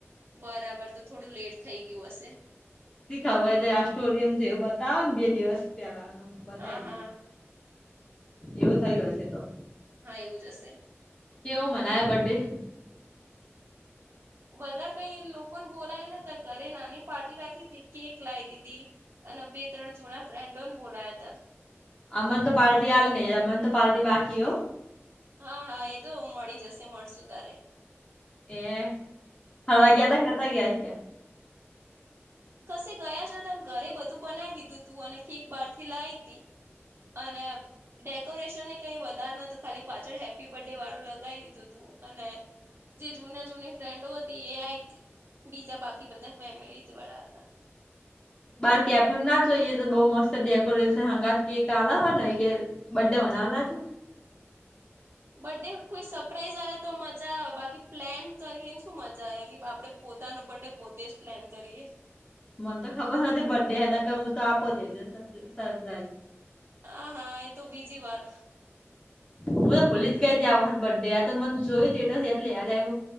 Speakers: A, on the right; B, on the left.
A: બરાબર તો થોડું લેટ થઈ ગયું હશે
B: શી ખબર એટલે આ સ્ટોરયમ થ એવું બતાવો ને બે દિવસ પેલાનું બતાવી
A: હા
B: દે
A: હા
B: એવું થયું હશે તો
A: હા એવું જ હશે
B: કેવો મનાય બર્ડે
A: બધા કઈ લોકોને બોલાય ને ઘરે નાની પાર્ટી રાખી હતી કેક લાવી દીધી અને બે ત્રણ જૂના ફ્રેન્ડોને બોલાયા હતા
B: અમને તો પાર્ટી આલ નહી અમને તો પાર્ટી બાકી હો
A: હા હા એ તો મળી જશે મળશું તારે
B: એ ફરવા
A: હા
B: ગયા ત કે નતા ગયા
A: કસે ગયા જ નતા ઘરે બધું બનાવી દીધું તું અને કેક બહાર થી લાવી તી અને ડેકોરેશન ને કઈ વધારે નું ખાલી પાછળ હેપ્પી બર્થ ડે વાળું લગાવી દીધું તું અને જે જૂના જૂની ફ્રેન્ડો હતી એ આ હતી, બીજા બાકી બધા ફેમિલી વાળા હતા. <inaudible>
B: બાર કેફે ના જોઈએ, તો બઉ મસ્ત ડેકોરેશન હંગા કેક આલા હોય ને એ. બર્થડે મનવા ના જય
A: બર્થડે કોઈ સરપ્રાઈઝ હાલે તો મજા આવે, બાકી પ્લેન કરીને શું મજા આવે કે આપડે પોતાનો બર્થ ડે પોતે જ પ્લેન કરીએ,
B: મને તો ખબર નથી બર્ડેને ક હું તો આપો દે સરપ્રાઈઝ <inaudible>
A: આ હા એ તો બીજી વાર.
B: હું તો ભૂલી જ ગઈ ત આ વખત બર્થ ડે આ તો મને જોયું ત એટ એટલેમ